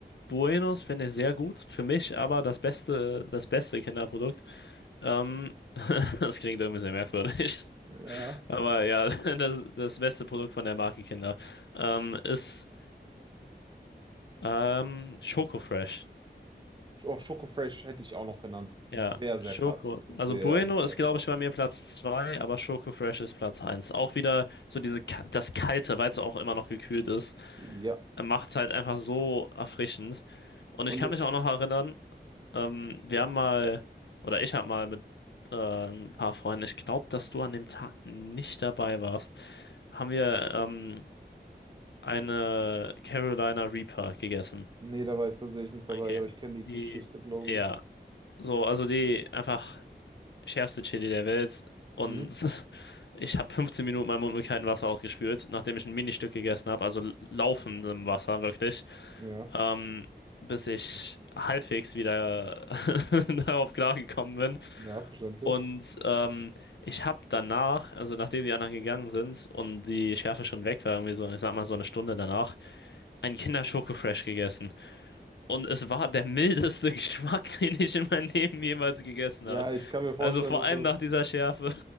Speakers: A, on the left (about 75°); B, on the right (about 25°).
A: Buenos finde ich sehr gut. Für mich aber das beste, das beste Kinderprodukt. Ähm, <laughs> das klingt irgendwie sehr merkwürdig.
B: ja.
A: Aber ja, <laughs> das, das beste Produkt von der Marke Kinder ähm, ist ähm, Schoko Fresh.
B: Oh, Schoko Fresh hätte ich auch noch genannt.
A: Ja,
B: Sehr, sehr
A: Schoko.
B: krass. Sehr,
A: Also Bueno
B: sehr
A: ist,
B: krass.
A: glaube ich, bei mir Platz 2, aber Schoko Fresh ist Platz eins. Auch wieder so diese, Ka- das Kalte, weil es auch immer noch gekühlt ist,
B: Ja.
A: macht es halt einfach so erfrischend. Und
B: Und
A: ich kann
B: äh,
A: mich auch noch erinnern, Ähm, wir haben mal, oder ich habe mal mit äh, ein paar Freunden, ich glaube, dass du an dem Tag nicht dabei warst, haben wir ähm, eine Carolina Reaper gegessen.
B: nee, da war ich tatsächlich nicht dabei,
A: Okay.
B: aber ich kenne die
A: Die,
B: Geschichte, glaube
A: Ja,
B: ich.
A: so, also die einfach schärfste Chili der Welt. Und
B: Mhm.
A: <laughs> ich habe 15 Minuten meinen Mund mit kaltem Wasser ausgespült, nachdem ich ein Ministück gegessen habe, also laufendem Wasser wirklich,
B: Ja.
A: ähm, bis ich halbwegs wieder <laughs> darauf klargekommen bin.
B: Ja, verständlich.
A: Und ähm, ich habe danach, also nachdem die anderen gegangen sind und die Schärfe schon weg war, irgendwie so, ich sag mal so eine Stunde danach, einen Kinder-Schoko-Fresh gegessen. Und es war der mildeste <laughs> Geschmack, den ich in meinem Leben jemals gegessen
B: Ja,
A: habe.
B: ich kann mir vorstellen,
A: Also vor
B: dass
A: allem
B: das,
A: nach dieser Schärfe.